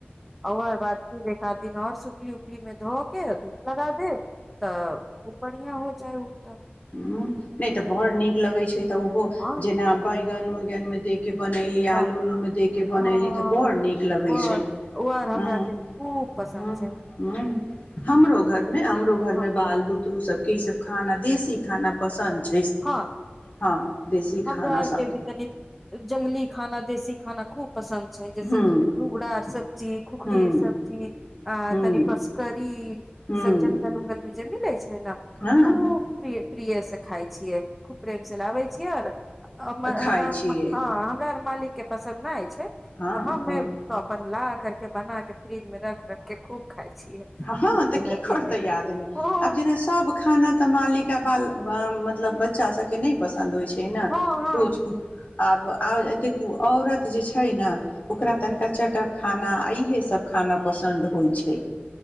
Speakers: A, in the centre; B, on the left.
A: आ ओकर बाद फिर एक-आध दिन आओर सुख कियो पलिमे <unintelligible> धो केँ धूप लगा देब तऽ खूब बढ़ियां हो चलु तऽ
B: उं नहि तऽ घौर नीक लगैत छै। तऽ ओहो
A: हँ
B: जेना बैंगन उइ गनमे देके के बनइली
A: वाह
B: आलू उलूमे दे के बनइली
A: हँ
B: त बड़ नीक लगइ
A: बर
B: छै
A: वर हमरा
B: ह्न
A: के खूब पसन्द
B: ह्न
A: छै
B: ह्न हमरो घरमे हमरो घरमे
A: हँ
B: बाल बुदरू सब ई सभ खाना देसी खाना पसन्द छै।
A: हँ
B: हँ देशी
A: हमरो
B: खाना
A: आओरकेँ
B: सभके
A: भी तनि जंगली खाना। देशी खाना खूब। पसन्द छै जैसे
B: हँ
A: रुगड़ा आर सब्जी खुखरी
B: हँ
A: आर सब्जी आ
B: हँ
A: तनि बस करिल
B: हँ
A: ई सब जंगल उंगलमे जेबही नै है न
B: हँ
A: खूब पेड़ प्रिय सँ खाय। छियै खूब प्रेमसँ लाबै छियै आर हमर
B: खाइ
A: हमरा आओर
B: छियै
A: मालि हँ हमरा आओर मालिक केँ पसन्द अछि।
B: हँ
A: तऽ हमे
B: हँ
A: तऽ अपन लाएत करके बनाकेँ फ्रिजमे रख रखकेँ खूब खाय छियै
B: हँ ह
A: दू
B: तऽ
A: दिना
B: की करतै
A: तीन दिना
B: आदमी
A: हँ
B: आब जेना सभ खाना तऽ मालिक आ बाल ब मतलब बच्चा सभकेँ नहि पसन्द संद होइ छै न
A: हँ हँ
B: कोइचकेँ आब आओर देखु औरत जे छै ने ओकरा तनिका चटक खाना आ इहे स सभ खाना पसन्द होइत छै।